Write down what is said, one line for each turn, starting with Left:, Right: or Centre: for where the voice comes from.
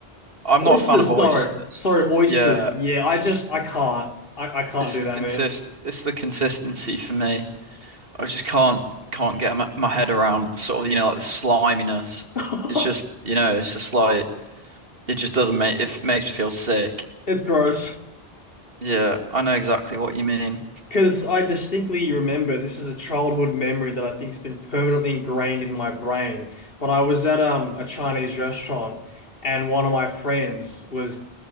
Right: I'm not
Left: oysters,
Right: a fan of oysters.
Left: sorry. Sorry, oysters.
Right: Yeah,
Left: Yeah, I just, I can't. I, I can't
Right: it's
Left: do
Right: the
Left: that,
Right: consist
Left: man.
Right: it's the consistency for me. I just can't can't get my, my head around sort of you know like the sliminess.
Left: <laughs>
Right: It's just you know it's just like it just doesn't make it makes me feel sick.
Left: It's gross.
Right: Yeah, I know exactly what you mean.
Left: Because I distinctly remember this is a childhood memory that I think's been permanently ingrained in my brain. When I was at um a Chinese restaurant and one of my friends was